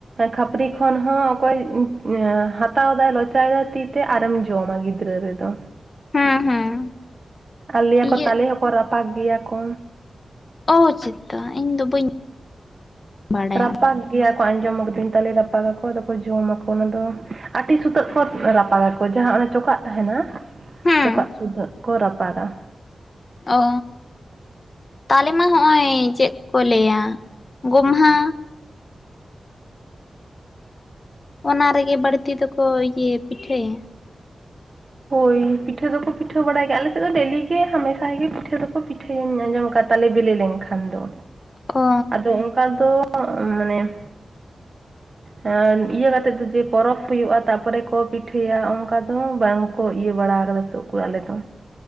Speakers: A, on the right; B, on the left.
A: ᱠᱷᱟᱯᱟᱹᱨᱤ ᱠᱷᱚᱱ ᱦᱚᱸ ᱚᱠᱚᱭ ᱦᱟᱛᱟᱣ ᱫᱟᱭ ᱞᱚᱪᱟᱭᱮᱫᱟᱭ ᱛᱤᱛᱮ ᱟᱨᱮᱢ ᱡᱚᱢᱟ ᱜᱤᱫᱽᱨᱟᱹ ᱨᱮᱫᱚ᱾
B: ᱦᱩᱸ ᱦᱩᱸ
A: ᱟᱨ ᱞᱟᱹᱭᱟ
B: ᱤᱭᱟᱹ
A: ᱠᱚ ᱛᱟᱞᱮ ᱦᱚᱸᱠᱚ ᱨᱟᱯᱟᱜ ᱜᱮᱭᱟ ᱠᱚ᱾
B: ᱚ ᱪᱤᱛᱟ ᱤᱧ ᱫᱚ ᱵᱟᱹᱧ ᱵᱟᱰᱟᱭᱟ
A: ᱨᱟᱠᱟᱵ ᱜᱮᱭᱟᱠᱚ ᱟᱸᱡᱚᱢ ᱟᱠᱟᱫᱟᱹᱧ ᱛᱟᱞᱮ ᱨᱟᱯᱟᱜᱟᱠᱚ ᱟᱫᱚ ᱠᱚ ᱡᱚᱢᱟᱠᱚ ᱚᱱᱟᱫᱚ ᱟᱹᱰᱤ ᱥᱩᱛᱟᱹᱜ ᱠᱚ ᱨᱟᱯᱟᱜᱟᱠᱚ ᱡᱟᱦᱟᱸ ᱚᱱᱮ ᱪᱚᱠᱟᱜ ᱛᱟᱦᱮᱱᱟ,
B: ᱦᱩᱸ
A: ᱪᱚᱠᱟᱜ ᱥᱩᱫᱷᱟᱹᱜ ᱠᱚ ᱨᱟᱯᱟᱜᱟ᱾
B: ᱚ ᱛᱟᱞᱤ ᱢᱟ ᱦᱚᱸᱜᱼᱚᱭ ᱪᱮᱜ ᱠᱚ ᱞᱟᱹᱭᱟ ᱜᱚᱢᱦᱟᱹ ᱚᱱᱟ ᱨᱮᱜᱮ ᱵᱟᱹᱲᱛᱤ ᱫᱚᱠᱚ ᱤᱭᱟᱹᱭᱟ ᱯᱤᱴᱷᱟᱹᱭᱟ᱾
A: ᱦᱳᱭ ᱯᱤᱴᱷᱟᱹ ᱫᱚᱠᱚ ᱯᱤᱴᱷᱟᱹ ᱵᱟᱲᱟᱭ ᱜᱮᱭᱟ, ᱟᱞᱮᱥᱮᱫ ᱫᱚ ᱰᱮᱞᱤ ᱜᱮ ᱦᱟᱢᱮᱥᱟ ᱜᱮ ᱯᱤᱴᱷᱟᱹ ᱫᱚᱠᱚ ᱯᱤᱴᱷᱟᱹ ᱤᱧ ᱟᱸᱡᱚᱢ ᱟᱠᱟᱫ ᱛᱟᱞᱮ ᱵᱤᱞᱤ ᱞᱮᱱᱠᱷᱟᱱ ᱫᱚ
B: ᱚ
A: ᱟᱫᱚ ᱚᱝᱠᱟ ᱫᱚ ᱚ ᱢᱟᱱᱮ ᱦᱮᱸ ᱤᱭᱟᱹ ᱠᱟᱛᱮᱫ ᱫᱚ ᱡᱮ ᱯᱚᱨᱚᱵᱽ ᱦᱩᱭᱩᱜᱼᱟ ᱛᱟᱯᱚᱨᱮ ᱠᱚ ᱯᱤᱴᱷᱟᱹᱭᱟ ᱚᱝᱠᱟ ᱫᱚ ᱵᱟᱝ᱾ ᱠᱚ ᱤᱭᱟᱹ ᱵᱟᱲᱟ ᱟᱠᱟᱫᱟ ᱛᱚᱠᱩ ᱟᱞᱮ ᱫᱚ᱾